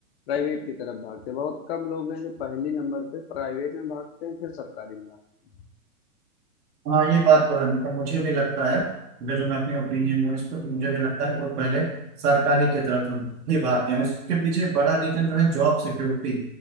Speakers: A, on the left; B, on the right.
A: प्राइवेट की तरफ भागते हैं बहुत कम लोग हैं जो पहले नंबर पे प्राइवेट में भागते हैं फिर सरकारी में भागते
B: हाँ ये बात तो है मतलब मुझे भी लगता है जो जो मैं अपनी ओपिनियन दूँ इस पर तो मुझे भी लगता है वो पहले सरकारी की तरफ ही भागते हैं इसके पीछे बड़ा रीजन जो है जॉब सिक्योरिटी